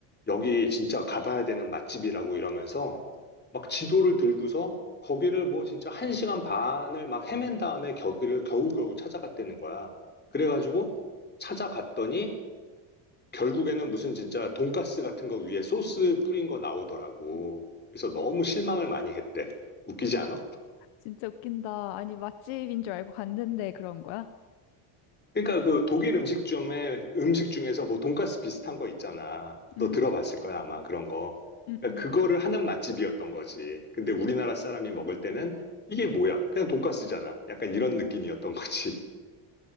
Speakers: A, on the left (about 20°); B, on the left (about 75°).
A: 여기 진짜 가봐야 되는 맛집이라고 이러면서 막 지도를 들고서 거기를 뭐 진짜 한 시간 반을 막 헤맨 다음에 거기를 겨우겨우 찾아갔다는 거야. 그래가지고 찾아갔더니 결국에는 무슨 진짜 돈가스 같은 거 위에 소스 뿌린 거 나오더라고. 그래서 너무 실망을 많이 했대. 웃기지 않아?
B: 진짜 웃긴다. 아니, 맛집인 줄 알고 갔는데 그런 거야?
A: 그러니까 그 독일 음식점에 음식 중에서 뭐 돈가스 비슷한 거 있잖아. 너
B: 음,
A: 들어봤을 거야, 아마 그런 거.
B: 음,
A: 그러니까
B: 음.
A: 그거를 하는 맛집이었던 거지. 근데 우리나라 사람이 먹을 때는 이게 뭐야? 그냥 돈가스잖아. 약간 이런 느낌이었던 거지.